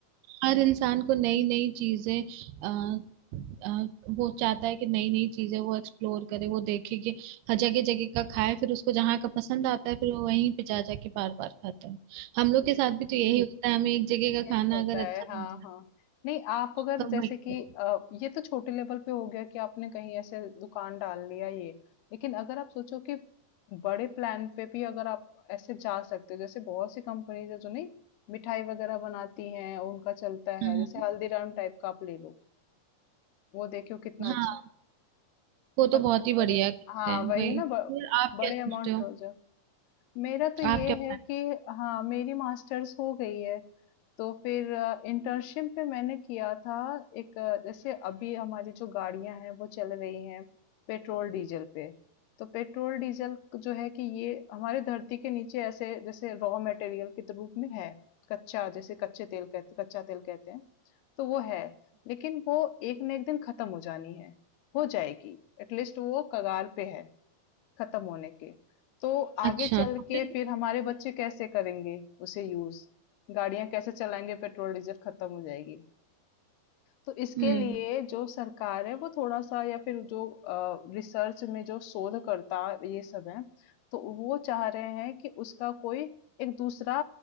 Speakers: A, on the right; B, on the left.
A: हर इंसान को नई नई चीजें अ, अ, वो चाहता है कि नई नई चीजें वो एक्सप्लोर करे वो देखे कि हर जगह जगह का खाए फिर उसको जहाँ का पसंद आता है फिर वो वहीं पे जा जाके बार बार खाता है हम लोग
B: हम्म,
A: के साथ भी तो यही होता है हमें एक जगह
B: यही
A: का खाना
B: होता
A: अगर अच्छा
B: है हाँ
A: नहीं लगा,
B: हाँ नहीं आप अगर
A: तो हम
B: जैसे
A: वहीं
B: कि
A: पे-
B: अ, ये तो छोटे लेवल पे हो गया कि आपने कहीं ऐसे दुकान डाल लिया ये लेकिन अगर आप सोचो कि बड़े प्लान पे भी अगर आप ऐसे जा सकते हो जैसे बहुत सी कंपनीज है जो नहीं मिठाई वगैरह बनाती हैं उनका चलता
A: हाँ
B: है जैसे हल्दीराम टाइप का आप ले लो वो देखो कितना
A: हाँ
B: अच्छा है
A: वो
B: अगर
A: तो बहुत
B: उस
A: ही बढ़िया
B: बड़े
A: करते
B: हाँ
A: हैं
B: वही
A: भाई
B: ना
A: फिर
B: ब,
A: आप
B: बड़े
A: क्या सोचते
B: अमाउंट
A: हो
B: हो मेरा तो ये
A: आप क्या प्लान
B: है कि हाँ मेरी मास्टर्स हो गई है तो फिर इंटर्नशिप में मैंने किया था एक अ, जैसे अभी हमारी जो गाड़ियां हैं वो चल रही हैं पेट्रोल डीजल पे तो पेट्रोल डीजल जो है कि ये हमारे धरती के नीचे ऐसे जैसे रॉ मटेरियल के रूप में है कच्चा जैसे कच्चे तेल कहते कच्चा तेल कहते हैं तो वो है लेकिन वो एक न एक दिन खत्म हो जानी है हो जाएगी एटलीस्ट वो कगार पे है खत्म होने के। तो आगे
A: अच्छा
B: चल
A: तो
B: के
A: फिर
B: फिर हमारे बच्चे कैसे करेंगे उसे यूज़? गाड़ियाँ कैसे चलाएँगे पेट्रोल, डीजल खत्म हो जाएगी। तो इसके
A: हम्म
B: लिए जो सरकार है वो थोड़ा सा या फिर जो रिसर्च में जो शोधकर्ता ये सब है तो वो चाह रहे हैं कि उसका कोई एक दूसरा